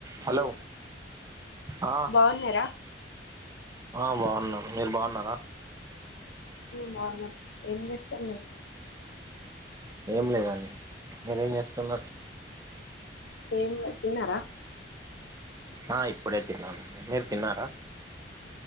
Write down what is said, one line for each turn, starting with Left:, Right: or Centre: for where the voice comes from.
Right: హలో ఆ
Left: బాగున్నారా
Right: ఆ బాగున్నాం మీరు బాగున్నారా
Left: బాగున్నాం ఏం చేస్తానవు
Right: ఏం లేదండి మీరేం చేస్తున్నారు
Left: ఏం లే తిన్నారా
Right: ఆ ఇప్పుడే తిన్నాను మీరు తిన్నారా